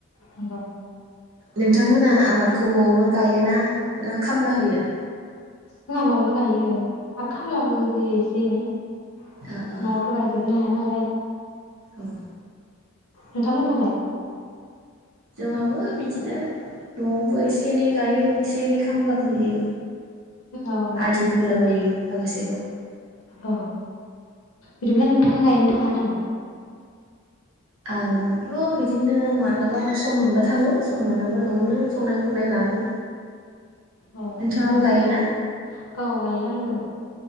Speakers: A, on the left (about 80°); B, on the right (about 70°).
A: नंगौ
B: नोंथांमोना आबादखौ न'आवनो गायोना ना खामला होयो
A: जोंहा न'आवनो गायो आरो खामलाबो होयो एसे एनै न'आवथ'
B: ओ ओ
A: गायजोबनो हाया नालाय
B: औ।
A: नोंथांमोनहालाय।
B: जोंहाबो बिदिनो न'आवबो एसे एनै गायो एसे एनै खामलाबो होयो।
A: औ औ
B: आदिबो होलाबायो। फागोसेखौ।
A: औ बिदिब्ला नोंथाङा गायनो थाङा नामा।
B: आंथ' बिदिनो मालाबा सम मोनबा थाङो सम मोनाबा न'आवनो संनाय खुरनाय लाङो
A: औ मोजाङानो
B: नोंथाङाबो गायोना
A: औ गायो आंबो।